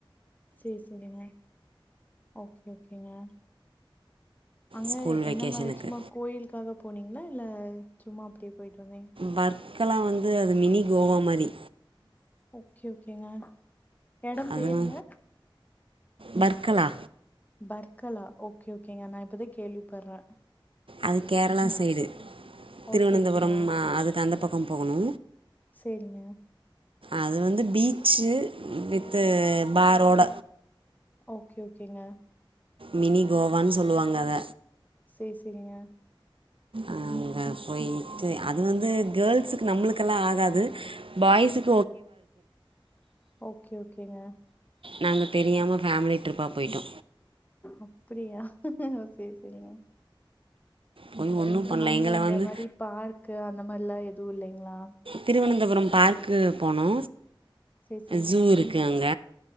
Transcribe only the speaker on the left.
சேரி செரிங்க ஓகே ஓகேங்க அங்க
என்னம்ம
சும்மா கோயிலுக்காக போனிங்ளா இல்ல சும்மா அப்படியே போயிட்டு வந்திங்
ஓகே ஓகேங்க எடம்
பேருங்க
பர்க்கலா ஓகே ஓகேங்க நா இப்பதா கேள்விப்படற
ஓகே ஓகேங்க
சேரிங்க
ஓகே ஓகேங்க
சேர் செரிங்க
ஓகே ஓகேங்க
அப்படியா சேர் செரிங்க
சேரி
அங்க
இந்த
மாரி பார்க்கு அந்த மாரிலா எதுவு இல்லைங்ளா
சேரி சேரிங்க